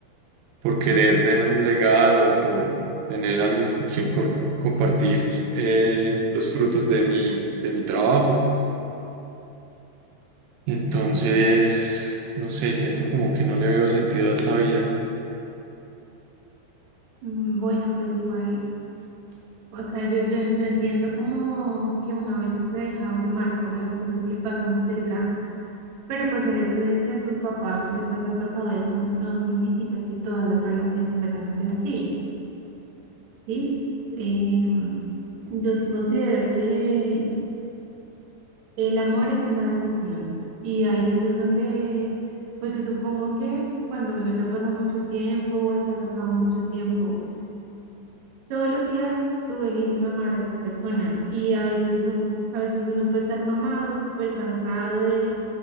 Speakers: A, on the right (about 80°); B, on the right (about 60°).
A: por querer dejar un legado, por tener alguien con quien cor- compartir eh, los frutos de mi, de mi trabajo. Entonces, no sé, siento como que no le veo sentido a esta vida.
B: Mm, Bueno, pues igual, o sea, yo, yo, yo entiendo como que uno a veces se deja abrumar por las cosas que pasan cerca. Pero pues el hecho de que a tus papás les haya pasado eso no significa que todas las relaciones vayan a ser así, ¿sí? Em, yo sí considero que el amor es una decisión y hay veces donde, pues yo supongo que cuando uno ya pasa mucho tiempo o está casado mucho tiempo, Todos los días tú eliges amar a esa persona y a veces, un- a veces uno puede estar mamado, súper cansado de,